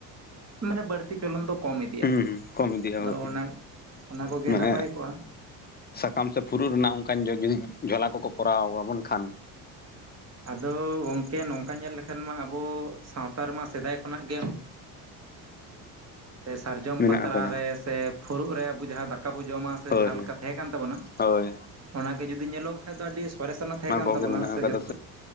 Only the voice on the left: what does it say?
ᱦᱩᱸ ᱦᱩᱸ ᱠᱚᱢ ᱤᱫᱤᱜᱼᱟ
ᱦᱳᱭ
ᱢᱟᱱᱮ
ᱥᱟᱠᱟᱢ ᱥᱮ ᱯᱷᱩᱨᱩᱜ ᱨᱮᱱᱟᱜ ᱚᱱᱠᱟᱱ ᱡᱚ ᱡᱩᱫᱤ ᱡᱷᱚᱞᱟ ᱠᱚᱠᱚ ᱠᱚᱨᱟᱣ ᱟᱵᱚᱱ ᱠᱷᱟᱱ ᱾
ᱢᱮᱱᱟᱜ
ᱟᱠᱟᱫᱟ
ᱦᱳᱭ
ᱦᱳᱭ
ᱚᱱᱟ
ᱠᱚᱜᱮ
ᱢᱮᱱᱟᱜ
ᱟᱠᱟᱫᱟ